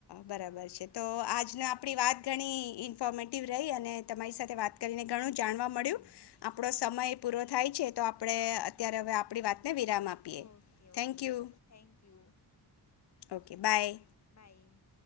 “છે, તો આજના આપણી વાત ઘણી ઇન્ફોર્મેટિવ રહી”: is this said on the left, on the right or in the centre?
Left